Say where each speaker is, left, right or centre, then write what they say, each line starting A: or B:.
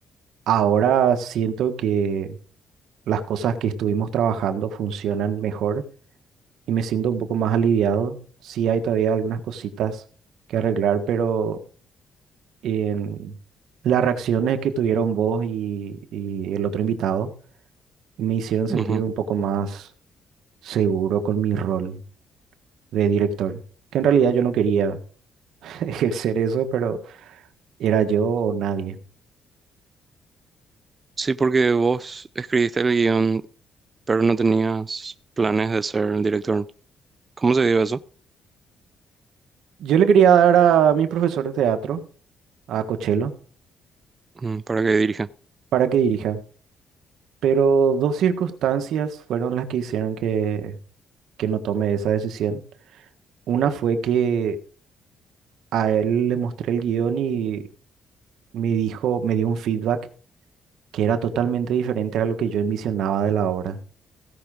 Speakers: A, on the right; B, on the right.
A: Ahora siento que las cosas que estuvimos trabajando funcionan mejor y me siento un poco más aliviado. Sí hay todavía algunas cositas que arreglar, pero en las reacciones que tuvieron vos y y el otro invitado. me hicieron sentir
B: ujú.
A: un poco más seguro con mi rol de director, que en realidad yo no quería <laughs> ejercer eso, pero era yo o nadie.
B: Sí, porque vos escribiste el guión, pero no tenías planes de ser el director. ¿Cómo se dio eso?
A: Yo le quería dar a mi profesor de teatro, a Cochelo,
B: Mm, Para que dirija.
A: para que dirija, pero dos circunstancias fueron las que hicieron que, que no tome esa decisión. Una fue que a él le mostré el guión y me dijo, me dio un feedback que era totalmente diferente a lo que yo envisionaba de la obra.